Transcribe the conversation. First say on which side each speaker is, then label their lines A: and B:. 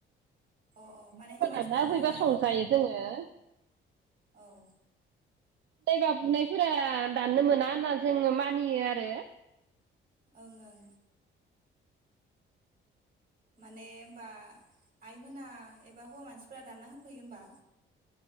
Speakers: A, on the right (about 45°); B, on the right (about 65°).
A: अ अ माने हिनजाव
B: सोरबा
A: मानसिफोरानो
B: दान्ना होफैबा
A: मोना आरो
B: संजायो जोङो।
A: औ
B: जायबा बुनायफोरा दाननो मोना होनना जोङो मानियो आरो।
A: ओं ओं माने होमबा आइमोना एबा हौवा मानसिफोरा दानना होफैयो ओमबा